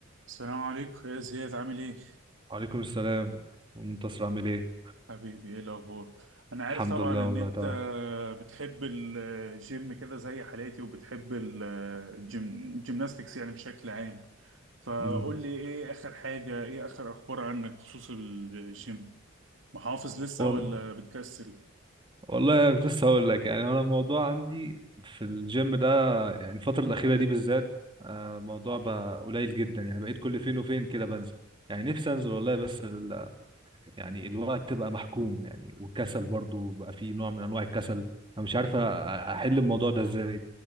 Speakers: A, on the right; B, on the right.
A: السلام عليكم يا زياد عامل ايه
B: وعليكم السلام منتصر عامل ايه
A: حبيبي ايه الاخبار انا عارف
B: الحمد
A: طبعا
B: لله
A: ان
B: والله
A: انت
B: تمام
A: بتحب الجيم كده زي حالاتي وبتحب ال- الجيم الجيمناستكس يعني بشكل عام فقول
B: امم
A: لي ايه اخر حاجة ايه اخر اخبار عنك بخصوص الجيم محافظ لسه
B: وال...
A: ولا بتكسل
B: والله كنت لسه هقول لك يعني انا الموضوع عندي في الجيم ده يعني الفتره الاخيره دي بالذات آه، الموضوع بقى قليل جدا يعني بقيت كل فين وفين كده بنزل يعني نفسي انزل والله بس ال... يعني الوقت بقى محكوم يعني والكسل برضو بقى فيه نوع من انواع الكسل انا مش عارف أ- احل الموضوع ده ازاي